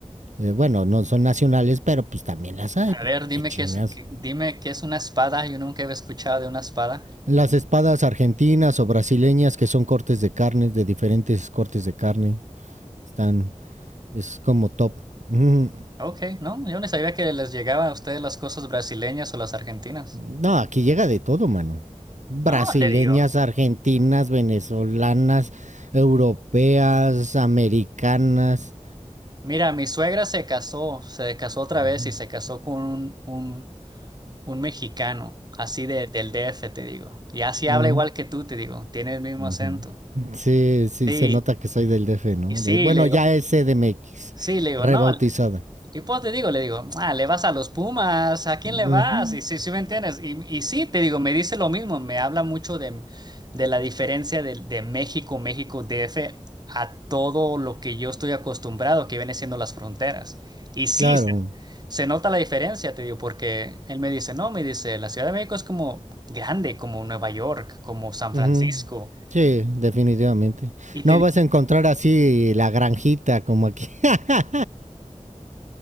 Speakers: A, on the right (about 80°); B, on the right (about 35°).
A: Eh, bueno, no son nacionales, pero pues también las hay.
B: A
A: Pues,
B: ver, dime
A: qué chingas.
B: qué es, qué- dime qué es una espada, yo nunca había escuchado de una espada.
A: Las espadas argentinas o brasileñas, que son cortes de carne, de diferentes cortes de carne. Están Es como top. Mm.
B: Ok, no, yo no sabía que les llegaban a ustedes las cosas brasileñas o las argentinas.
A: No, aquí llega de todo, mano. Brasileñas,
B: No, te digo.
A: argentinas, venezolanas, europeas, americanas.
B: Mira, mi suegra se casó, se casó otra
A: Ujú,
B: vez y se casó con un, un Un mexicano, así de, del DF, te digo. Y así
A: ujú,
B: habla igual que tú, te digo. Tiene el mismo
A: ujú,
B: acento.
A: ujú. Sí, sí,
B: Sí,
A: se nota que soy del DF, ¿no?
B: y sí,
A: De- bueno,
B: le digo,
A: ya es CDMX,
B: sí, le digo,
A: rebautizada.
B: no. Y pues te digo, le digo, ah, le vas a los Pumas, ¿a quién
A: Ujú.
B: le vas? Y sí, sí, ¿me entiendes? Y, y sí, te digo, me dice lo mismo, me habla mucho de, de la diferencia de, de México, México, DF, a todo lo que yo estoy acostumbrado, que viene siendo las fronteras. Y sí,
A: Claro.
B: se nota la diferencia, te digo, porque él me dice, no, me dice, la Ciudad de México es como grande, como Nueva York, como San
A: ujú.
B: Francisco.
A: Sí, definitivamente.
B: Y
A: No
B: te digo,
A: vas a encontrar así la granjita como aquí. <laughs>